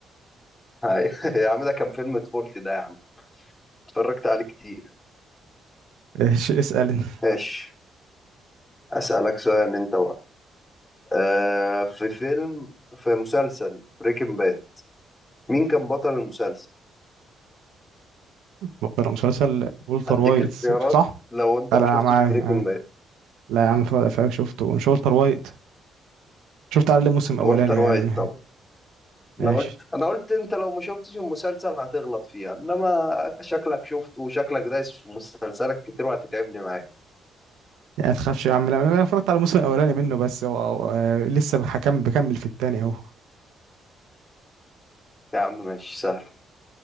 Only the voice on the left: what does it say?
هاي. <laughs> يا عم ده كان فيلم طفولتي ده يا عم اتفرجت عليه كتير
ماشي اسألك سؤال انت بقى آه في فيلم في مسلسل بريكنج باد مين كان بطل المسلسل؟
هديك
اختيارات
لو انت
ما
شفتش
بريكنج
باد
والتر
وايت طبعا
انا قلت انا قلت انت لو ما شفتش المسلسل هتغلط فيها انما شكلك شفته وشكلك دايس في مسلسلك كتير وهتتعبني معاك
يا عم ماشي سهل